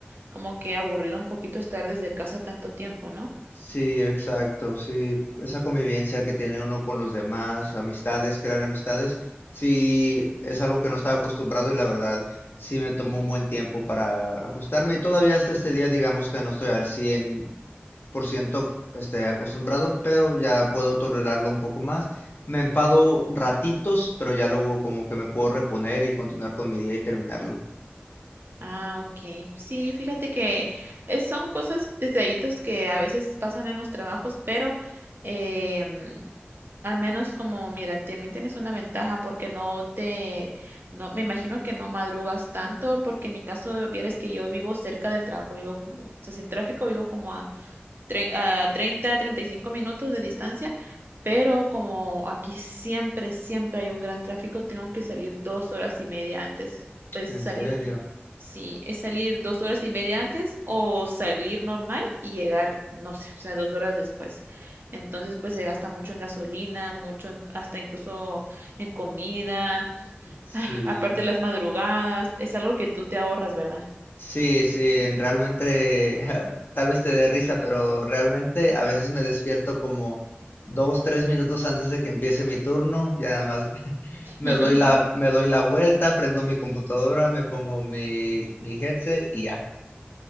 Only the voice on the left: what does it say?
Sí, exacto, sí, esa convivencia que tiene uno con los demás, amistades, crear amistades, sí, es algo que no estaba acostumbrado y la verdad, sí me tomó un buen tiempo para ajustarme y todavía hasta este día digamos que no estoy al cien por ciento este, acostumbrado, pero ya puedo tolerarlo un poco más. Me enfado ratitos, pero ya luego como que me puedo reponer y continuar con mi día y terminarlo.
En
serio,
sí.
Sí, sí, realmente <laughs> tal vez te dé risa, pero realmente a veces me despierto como dos, tres minutos antes de que empiece mi turno, ya nada más <laughs>
me doy la, me doy la vuelta, prendo mi computadora, me pongo mi, mi headset y ya.